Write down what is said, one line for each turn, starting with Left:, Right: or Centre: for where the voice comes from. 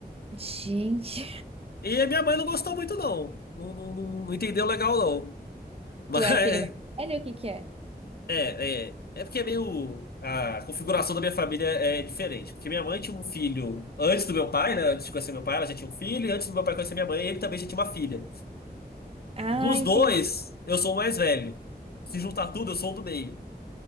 Right: Gente,
Left: E a minha mãe não gostou muito, não. Não, não, não- não entendeu legal, não. <laughs> Mas,
Right: tu é a filha mais velha? ou O que que é?
Left: é, é, é porque é meio, a configuração da minha família é diferente, porque minha mãe tinha um filho antes do meu pai, né, antes de conhecer meu pai, ela já tinha um filho, e antes do meu pai conhecer minha mãe, ele também já tinha uma filha.
Right: Ah,
Left: Dos
Right: entendi.
Left: dois, eu sou o mais velho. Se juntar tudo, eu sou o do meio.